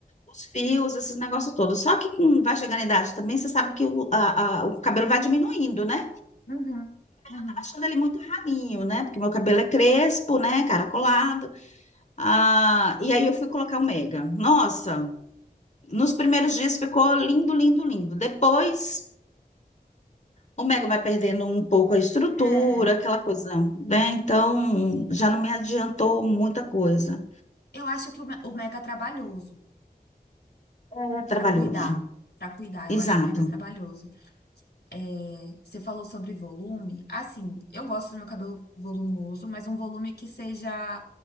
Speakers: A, on the left; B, on the left.
A: os fios, esses negócios todos. Só que com, vai chegando a idade também, você sabe que o, a- a- o cabelo vai diminuindo, né?
B: uhum, uhum.
A: Tá achando ele muito ralinho, né? Porque meu cabelo é crespo, né? Caracolado. Ah, e aí eu fui colocar o mega. Nossa! Nos primeiros dias ficou lindo, lindo, lindo. Depois, o Mega vai perdendo um pouco a estrutura,
B: É,
A: aquela coisa, né? Então,
B: sim.
A: já não me adiantou muita coisa.
B: Eu acho que o, me- o mega trabalhoso
A: É trabalhoso.
B: pra cuidar, Pra cuidar, eu
A: Exato.
B: acho mega trabalhoso. É, você falou sobre volume. Assim, eu gosto do meu cabelo volumoso, mas um volume que seja